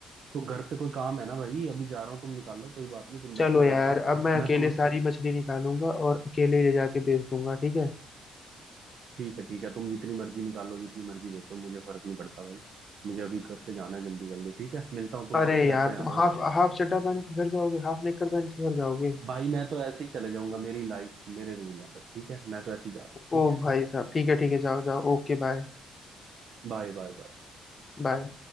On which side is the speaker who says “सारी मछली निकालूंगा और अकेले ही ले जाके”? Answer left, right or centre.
Left